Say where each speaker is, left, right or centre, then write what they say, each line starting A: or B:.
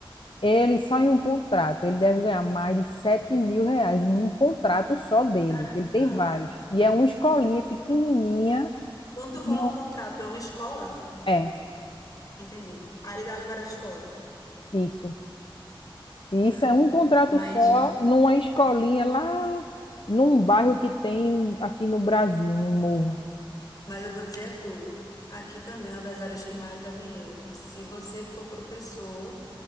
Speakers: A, on the left; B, on the left.
A: ele só em um contrato, ele deve ganhar mais de sete mil reais em um contrato só dele,
B: Caramba!
A: que ele tem vários. E é uma escolinha pequenininha,
B: Quando tu fala
A: e um,
B: um contrato, é uma escola?
A: é,
B: Entendi. Aí ele dá aula em várias escolas.
A: isso. E
B: Caramba.
A: isso é um contrato
B: Mas,
A: só numa escolinha lá num bairro que tem aqui no Brasil, no Morro.
B: mas eu vou dizer a tu, aqui também é uma das áreas que mais dá dinheiro. Se você for professor